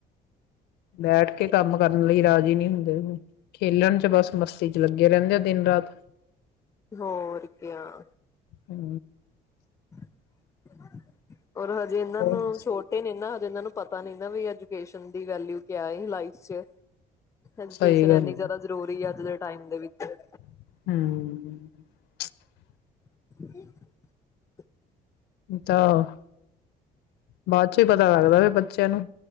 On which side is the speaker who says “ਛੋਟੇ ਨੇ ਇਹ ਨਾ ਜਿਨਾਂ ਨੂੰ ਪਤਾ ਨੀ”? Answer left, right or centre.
Left